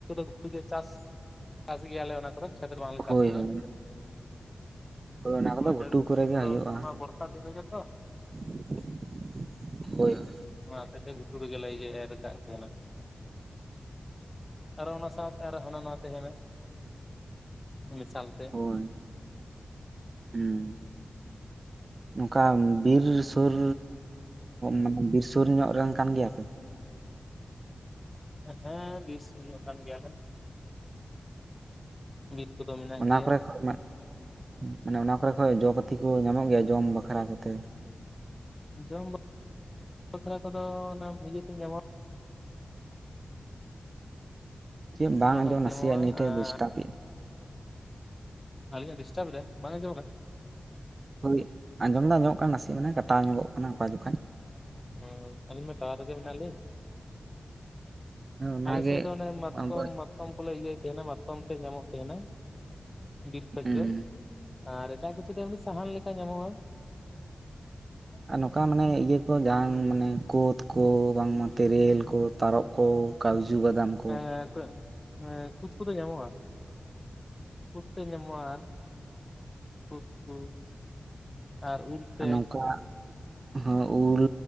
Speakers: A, on the left; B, on the right.
A: ᱜᱷᱩᱴᱩ ᱨᱮ ᱪᱟᱥ <unintelligible> ᱪᱟᱥ ᱜᱮᱭᱟᱞᱮ ᱚᱱᱟ ᱠᱚᱫᱚ ᱪᱟᱹᱛ ᱵᱚᱸᱜᱟ ᱞᱮ ᱪᱟᱥ
B: ᱦᱳᱭ
A: ᱛᱟᱦᱮᱱᱟ
B: ᱦᱳᱭ ᱦᱳᱭ ᱚᱱᱟ ᱠᱚᱫᱚ ᱜᱷᱩᱴᱩ
A: ᱡᱟᱹᱲᱤ
B: ᱠᱚᱨᱮ
A: ᱤᱭᱟᱹ
B: ᱜᱮ
A: ᱠᱚᱫᱚ
B: ᱦᱩᱭᱩᱜᱼᱟ
A: ᱚᱱᱟ ᱵᱚᱨᱥᱟ ᱫᱤᱱ ᱨᱮᱜᱮ ᱛᱚ
B: ᱾ ᱦᱳᱭ ᱾
A: ᱚᱱᱟ ᱛᱮᱜᱮ ᱜᱷᱩᱴᱩ ᱨᱮ ᱜᱮᱞᱮ ᱮᱨ ᱟᱠᱟᱫ ᱛᱟᱦᱮᱱᱟ ᱾ ᱟᱨ ᱦᱚᱸ ᱚᱱᱟ ᱥᱟᱶᱛᱮ ᱟᱨ ᱦᱚᱸ ᱦᱟᱱᱟ ᱱᱷᱟᱣᱟ ᱛᱟᱦᱮᱱᱟ ᱢᱮᱥᱟᱞ ᱛᱮ
B: ᱦᱳᱭ ᱦᱮᱸ ᱾ ᱱᱚᱝᱠᱟ ᱵᱤᱨ ᱥᱩᱨ ᱢᱟᱱᱮ ᱵᱤᱨ ᱥᱩᱨ ᱧᱚᱜ ᱨᱮᱱ ᱠᱟᱱ ᱜᱮᱭᱟᱯᱮ
A: ᱦᱮᱸ ᱵᱤᱨ ᱥᱩᱨ ᱧᱚᱜ ᱠᱟᱱ ᱜᱮᱭᱟᱞᱮ ᱾ ᱵᱤᱨ ᱠᱚᱫᱚ ᱢᱮᱱᱟᱜ
B: ᱚᱱᱟ
A: ᱜᱮᱭᱟ
B: ᱠᱚᱨᱮ ᱠᱷᱚᱛ <unintelligible> ᱢᱟᱱᱮ ᱚᱱᱟ ᱠᱚᱨᱮ ᱠᱷᱚᱡ ᱡᱚ ᱯᱟᱹᱛᱤ ᱠᱚ ᱧᱟᱢᱚᱜ ᱜᱮᱭᱟ ᱡᱚᱢ ᱵᱟᱠᱷᱨᱟ ᱠᱚᱛᱮ
A: ᱡᱚᱢ ᱵᱟᱠᱷᱨᱟ ᱠᱚᱫᱚ ᱚᱱᱟ ᱤᱭᱟᱹ ᱵᱤᱞᱤ ᱠᱚ ᱧᱟᱢᱚᱜᱼᱟ ᱾
B: ᱪᱮᱫ ᱵᱟᱝ
A: ᱢᱟᱛᱠᱚᱢ
B: ᱟᱸᱡᱚᱢ
A: ᱛᱮ
B: ᱱᱟᱥᱮᱭᱟᱜ
A: ᱧᱟᱢᱚᱜᱼᱟ
B: ᱱᱮᱴ
A: ᱟᱨ
B: ᱮ ᱰᱤᱥᱴᱟᱯ
A: ᱟᱹᱞᱤᱧᱟᱜ ᱰᱤᱥᱴᱟᱨᱵᱽ ᱮᱫᱟᱭ ᱵᱟᱝ ᱟᱸᱡᱚᱢᱚᱜ ᱠᱟᱱᱟ
B: ᱦᱳᱭ ᱟᱸᱡᱚᱢ ᱫᱚ ᱟᱸᱡᱚᱢ ᱧᱚᱜ ᱠᱟᱱᱟ ᱱᱟᱥᱮ ᱢᱟᱱᱮ ᱠᱟᱴᱟᱣ ᱧᱚᱜᱚᱜ ᱠᱟᱱᱟ ᱚᱠᱟ ᱡᱚᱠᱷᱟᱡ
A: ᱦ ᱟᱹᱞᱤᱧ ᱢᱟ ᱴᱟᱣᱟᱨ ᱨᱮᱜᱮ ᱢᱮᱱᱟᱜ ᱞᱤᱧ
B: ᱚᱱᱟᱜᱮ
A: ᱟᱞᱮ ᱥᱮᱫ ᱫᱚ ᱚᱱᱮ ᱢᱟᱛᱠᱚᱢ
B: ᱟᱫᱚ
A: ᱢᱟᱛᱠᱚᱢ ᱠᱚᱞᱮ ᱤᱭᱟᱹᱭᱮᱫ ᱛᱟᱦᱮᱸᱱᱟ ᱢᱟᱛᱠᱚᱢ ᱛᱮ ᱧᱟᱢᱚᱜ ᱛᱟᱦᱮᱸᱱᱟ ᱵᱤᱨ ᱠᱷᱚᱡ
B: ᱦᱩᱸ
A: ᱫᱚ ᱟᱨ ᱮᱴᱟᱜ ᱠᱤᱪᱷᱩ ᱫᱚ ᱮᱢᱱᱤ ᱥᱟᱦᱟᱱ ᱞᱮᱠᱟ ᱧᱟᱢᱚᱜᱼᱟ
B: ᱟᱨ ᱱᱚᱝᱠᱟ ᱢᱟᱱᱮ ᱤᱭᱟᱹ ᱠᱚ ᱡᱟᱦᱟᱱ ᱢᱟᱱᱮ ᱠᱳᱛ ᱠᱚ ᱵᱟᱝᱢᱟ ᱛᱮᱨᱮᱞ ᱠᱚ ᱛᱟᱨᱚᱯ ᱠᱚ ᱠᱟᱹᱡᱩ ᱵᱟᱫᱟᱢ ᱠᱚ
A: ᱦᱮᱸ ᱮ ᱠᱳᱫᱽ ᱠᱚᱫᱚ ᱧᱟᱢᱚᱜᱼᱟ ᱠᱳᱫᱽ ᱛᱮ ᱧᱟᱢᱚᱜᱼᱟ ᱠᱳᱫᱽ ᱠᱚ ᱟᱨ ᱩᱞ ᱛᱮ
B: ᱟᱨ ᱱᱚᱝᱠᱟ ᱦᱚᱸ ᱩᱞ